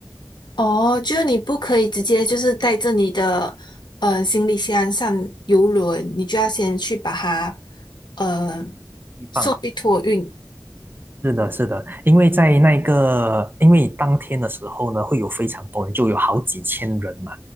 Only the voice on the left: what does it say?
哦，就是你不可以直接就是带着你的呃行李箱上游轮，你就要先去把它呃
去托运。